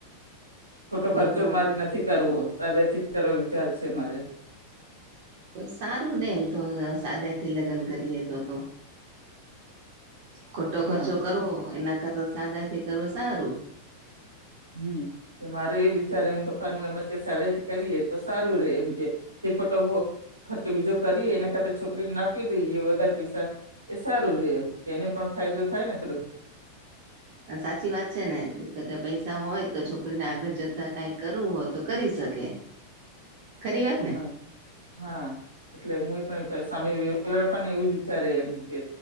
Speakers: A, on the right; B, on the right.
A: ખોટો ખર્ચો
B: જો
A: મારે નથી કરવો સાદે થી કરવા વિચાર છે, મારે
B: તો સારું ને એમ તો સાદેથી લગન કરીએ તો તો ખોટો ખર્ચો
A: હા
B: કરવો એના કરતા સાદાથી કરવુ સારું
A: હમ તો મારે એજ વિચારેને પપ્પાનું એમજ કે શડેથી કરીએ તો સારું રે એમ કે તે ખોટો ભો ખર્ચો બીજો કરીએ એના કરતા છોકરીને આપી દઈએ વધારે પૈસા એ સારું રે એમ એને પણ ફાયદો થાય ને થોડુંક
B: આ સાચી વાત છે, ને <unintelligible> પૈસા હોય તો છોકરીને આગળ જતા કાઈ કરવું હોય તો કરી શકે ખરી વાત
A: હા
B: ને
A: હા એટલે <unintelligible> સામે <unintelligible> એવું જ વિચારે એમ કે